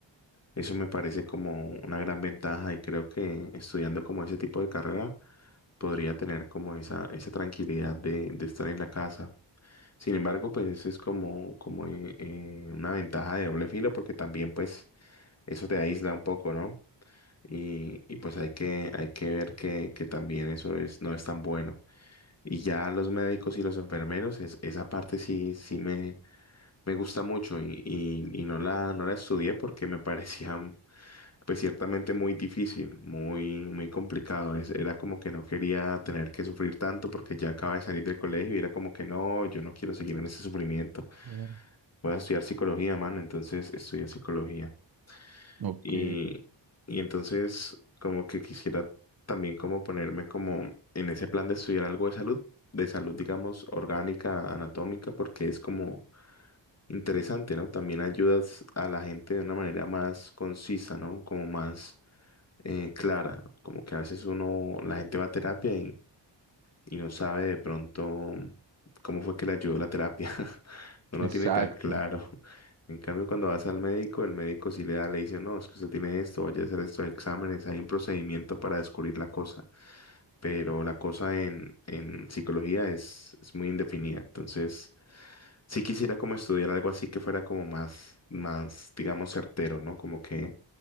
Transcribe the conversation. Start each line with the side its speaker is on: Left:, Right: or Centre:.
Left: Eso me parece como una gran ventaja y creo que estudiando como ese tipo de carrera podría tener como esa, esa tranquilidad de, de estar en la casa. Sin embargo, pues eso es como, como eh, eh, una ventaja de doble filo porque también pues eso te aísla un poco, ¿no? Y, y pues hay que, hay que ver que, que también eso es, no es tan bueno. Y ya los médicos y los enfermeros, es, esa parte sí, sí me, me gusta mucho y, y, y no la, no la estudié porque me <laughs> parecía pues ciertamente muy difícil, muy, muy complicado. Es- era como que no quería tener que sufrir tanto porque ya acaba de salir del colegio y era como que no, yo no quiero seguir en ese sufrimiento.
Right: Claro.
Left: Voy a estudiar psicología, mano, entonces estudié psicología.
Right: Ok,
Left: Y, y entonces como que quisiera también como ponerme como en ese plan de estudiar algo de salud, de salud digamos orgánica, anatómica, porque es como interesante, ¿no? También ayudas a la gente de una manera más concisa, ¿no? Como más eh, clara, como que a veces uno, la gente va a terapia y no sabe de pronto cómo fue que le ayudó la terapia. <laughs> No lo
Right: exacto.
Left: tiene tan claro. En cambio, cuando vas al médico, el médico sí le da, le dice, no, es que usted tiene esto, vaya a hacer estos exámenes, hay un procedimiento para descubrir la cosa. Pero la cosa en, en psicología es, es muy indefinida. Entonces, sí quisiera como estudiar algo así que fuera como más, más, digamos, certero, ¿no? Como que